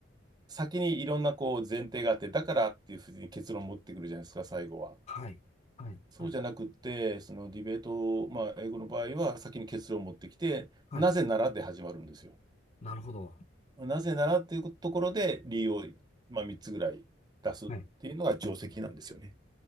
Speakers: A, on the right (about 20°); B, on the left (about 35°).
A: 先にいろんなこう前提があって、だからっていうふうに結論を持ってくるじゃないですか、最後は。
B: はい、はい、
A: そうじゃなくって、
B: はい、
A: そのディベートを、まあ、英語の場合は先に結論を持ってきて、
B: はい。
A: なぜならで始まるんですよ。
B: なるほど。
A: なぜならっていうところで理由を、まあ、3つぐらい出すっていうのが定石なんですよね。
B: はい。